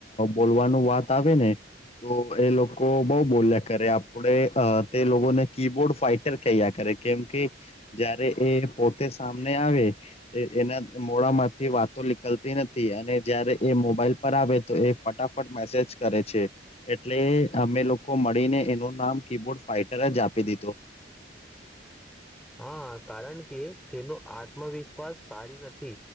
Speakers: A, on the left; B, in the centre.
A: બોલવાનું વાત આવે ને તો એ લોકો બઉ બોલ્યા કરે, આપડે તે લોકોને કીબોર્ડ ફાઈટર કૈયા કરે કેમ કે, જયારે એ પોતે સામને આવે એના મોડામાંથી વાતો નીકલતી નથી. અને જયારે એ મોબાઈલ પર આવે તો એ ફટાફટ મેસેજ કરે છે. એટલે અમે લોકો મળીને એનું નામ કી-બોર્ડ ફાઇટર જ‌ આપી દિધો.
B: હા, કારણ કે તેનો આત્મવિશ્વાસ સારી નથી